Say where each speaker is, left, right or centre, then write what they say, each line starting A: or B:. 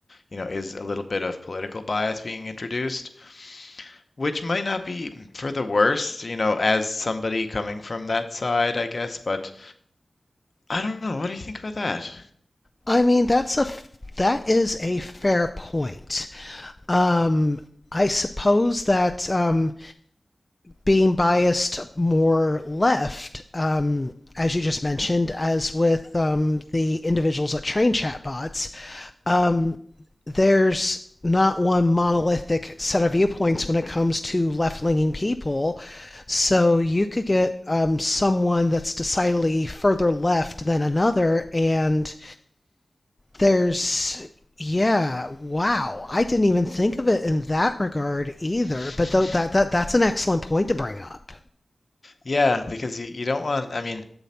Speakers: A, on the left (about 50°); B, on the left (about 25°).
A: you know, is a little bit of political bias being introduced, which might not be for the worst, you know, as somebody coming from that side, I guess, but I don't know. What do you think about that?
B: I mean, that's a that is a fair point. Um, I suppose that um, being biased more left, um, as you just mentioned, as with um, the individuals that train chatbots, um, there's not one monolithic set of viewpoints when it comes to left leaning people. So you could get um, someone that's decidedly further left than another, and there's, yeah, wow. I didn't even think of it in that regard either.
A: <laughs>
B: But though that that that's an excellent point to bring up.
A: Yeah, because you, you don't want, I mean,